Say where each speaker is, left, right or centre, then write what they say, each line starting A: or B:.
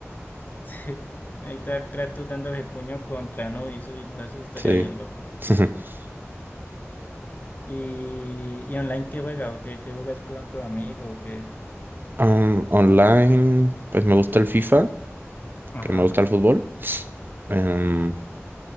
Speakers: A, on the left; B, on the right.
A: Sí. Ahí está Kratos dándose puño contra Anubis y no, eso estaría
B: Sí.
A: bien loco.
B: <laughs>
A: ¿Y, y online qué juegas o qué, qué jugas con tu amigo o qué?
B: Um, online, pues me gusta el FIFA,
A: Ajá.
B: que me gusta el fútbol. Em,